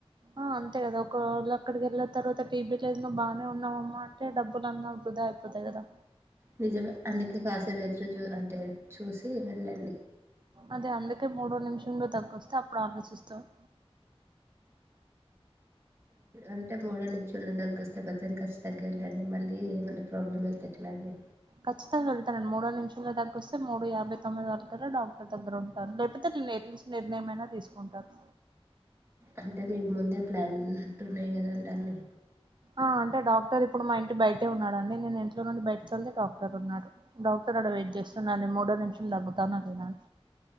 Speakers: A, on the right; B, on the right.
A: ఆ అంతే కదా ఒకవేళ అక్కడికి వెళ్ళిన తర్వాత టీబీ లేదు నువ్ బాగానే ఉన్నావమ్మా అంటే డబ్బులు అన్న వృధా అయిపోతాయి కదా
B: నిజమే అందుకే కాసేపు ఎదురు చూ అంటే చూసి వెళ్ళండి
A: అదే అందుకే మూడో నిమిషంలో దగ్గొస్తే అప్పుడు ఆలోచిస్తా త.
B: అంటే మూడో నిమిషల్లో దగ్గొస్తే బతుం కష్టం తగ్గండి మళ్ళీ ఏమన్నా ప్రాబ్లమ్ అవుతుట్లాండి
A: ఖచ్చితంగా వెళ్తానండీ మూడో నిమిషంలో దగ్గొస్తే మూడు యాభై తొమ్మిది వరకులా డాక్టర్ దగ్గర ఉంటారు లేకపోతే ను ఎట్లీస్ట్ నిర్ణయమయినా తీసుకుంటారు
B: అంటే మీకు ముందే ప్లాన్లు ఉన్నట్టున్నాయి కదండి అన్ని
A: ఆ అంటే డాక్టర్ ఇప్పుడు మా ఇంటి బయటే ఉన్నాడండి నేను ఇంట్లో నుండి బయటకి వెళ్తే డాక్టర్ ఉన్నాడు డాక్టర్ ఆడ వెయిట్ చేస్తున్నా అది మూడో నిమిషాలు దగ్గుతానా లేదా అని